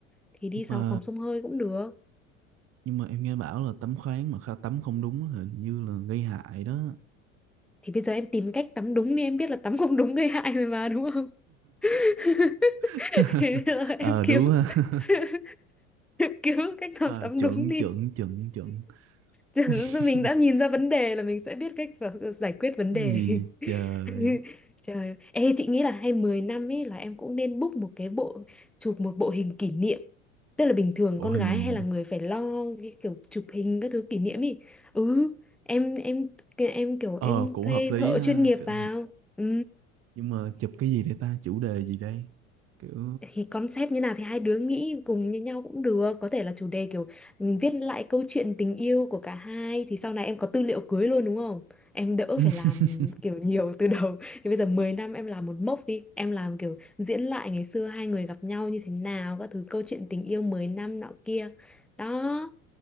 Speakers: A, in the centre; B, on the right (about 35°).
A: thì đi
B: nhưng
A: vào
B: mà
A: phòng xông hơi cũng được
B: nhưng mà em nghe bảo là tắm khoáng mà kha tắm không đúng á, hình như là gây hại đó
A: thì bây giờ em tìm cách tắm đúng đi em biết là tắm không đúng gây hại rồi mà đúng không <laughs>
B: <laughs>
A: thế bây giờ
B: ờ
A: em
B: đúng
A: kiếm
B: ha
A: <laughs> em kiếm cách nào
B: ờ
A: tắm
B: chuẩn
A: đúng đi
B: chuẩn chuẩn chuẩn
A: <laughs>
B: <laughs>
A: <laughs> mình đã nhìn ra vấn đề là mình sẽ biết cách và giải quyết vấn
B: Cái
A: đề
B: gì trời
A: <laughs> trời ơi. ê chị nghĩ là hay 10 năm ấy là em cũng nên book một cái bộ chụp một bộ hình kỷ niệm tức là bình thường
B: bộ
A: con
B: hình
A: gái hay là người phải lo cái kiểu chụp hình các thứ kỷ niệm ý ừ em em em kiểu
B: ờ
A: em
B: cũng
A: thuê
B: hợp lý
A: thợ
B: ha
A: chuyên nghiệp
B: Kiểu-
A: vào ừ
B: nhưng mà chụp cái gì đây ta chủ đề gì đây kiểu
A: thì concept như nào thì hai đứa nghĩ cùng với nhau cũng được có thể là chủ đề kiểu ừ, viết lại câu chuyện tình yêu của cả hai thì sau này em có tư liệu cưới luôn đúng không em đỡ
B: <laughs>
A: phải làm kiểu nhiều từ đầu <laughs> thì bây giờ 10 năm em làm một mốc đi em làm kiểu diễn lại ngày xưa hai người gặp nhau như thế nào các thứ câu chuyện tình yêu 10 năm nọ kia đó